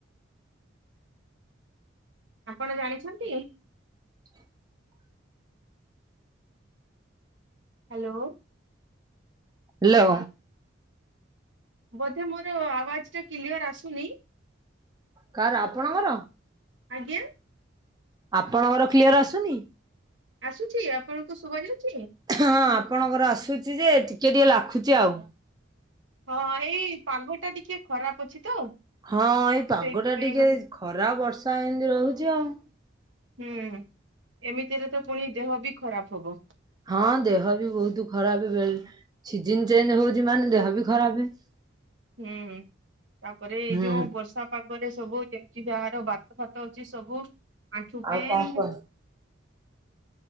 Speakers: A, on the right (about 70°); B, on the right (about 20°).
A: ଆପଣ ଜାଣିଛନ୍ତି?
B: <unintelligible>
A: ହାଲୋ।
B: ହାଲୋ।
A: ବୋଧେ ମୋର ଆୱଜ ଟା କ୍ଲିୟର ଆସୁନି?
B: କାର ଆପଣଙ୍କର,
A: ଆଜ୍ଞା
B: ଆପଣଙ୍କର କ୍ଲିୟର ଆସୁନି?
A: ଆସୁଛି, ଆପଣଙ୍କୁ ଶୁଭା ଯାଉଛି?
B: ହଁ, ଆପଣଙ୍କର ଆସୁଛି ଯେ, ଟିକେ ଟିକେ ଲାଖୁଛି ଆଉ।
A: ହଁ, ଏଇ ପାଗଟା ଟିକେ ଖରାପ ଅଛି ତ।
B: ହଁ, ଏଇ ପାଗ
A: ସେଇଥିପାଇଁ
B: ଟା ଟିକେ
A: ବୋଧେ
B: ଖରା, ବର୍ଷା ଏମତି ରହୁଛି ଆଉ।
A: ହୁଁ, ଏମିତିରେ ତ ପୁଣି ଦେହ ବି ଖରାପ ହବ।
B: ହଁ, ଦେହ ବି ବହୁତ ଖରାପ, ବେ, ସିଜନ ଚେଞ୍ଜ ହଉଛି ମାନେ ଦେହ ବି ଖରାପ।
A: ହୁଁ, ତାପରେ ଏଇ
B: ହୁଁ
A: ଯୋଉ ବର୍ଷା ପାଗରେ ସବୁ, ଯେମତି ଯାହାର ବାତ-ଫାତ ଅଛି ସବୁ, ଆଣ୍ଠୁ
B: ଆଉ
A: ପେନ୍
B: କଣ କୁହ